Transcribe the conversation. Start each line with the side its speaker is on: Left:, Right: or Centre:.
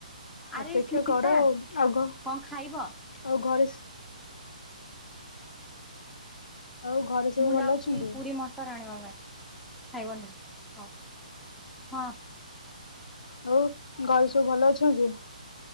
Centre: ଆରେ
Left: ଅପେକ୍ଷା
Centre: ସ୍ମିତା
Left: କର ଆ ଆଗ
Centre: କଣ ଖାଇବ?
Left: ଆଉ ଘରେ ଆଉ ଘରେ ସବୁ
Centre: ମୁଁ
Left: ଭଲ
Centre: ଯାଉଛି
Left: ଅଛନ୍ତି
Centre: ପୁରୀ ମଟର ଆଣିବା ପାଇଁ ଖାଇବନ୍ତୁ ହଉ ହଁ
Left: ହଉ ଘାଉ ସୁ ଭଲ ଅଛନ୍ତି